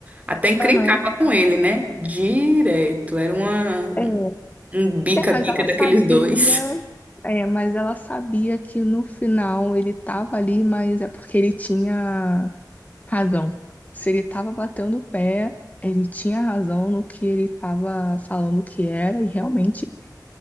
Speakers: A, on the right (about 20°); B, on the left (about 20°).
A: até encrencava
B: Aham.
A: com ele, né, direto, era uma,
B: É.
A: um bica-bica
B: É, mas ela
A: daqueles
B: sabia,
A: dois,
B: é, mas ela sabia que no final ele tava ali, mas é porque ele tinha Razão. Se ele estava batendo o pé, ele tinha razão no que ele estava falando que era, e realmente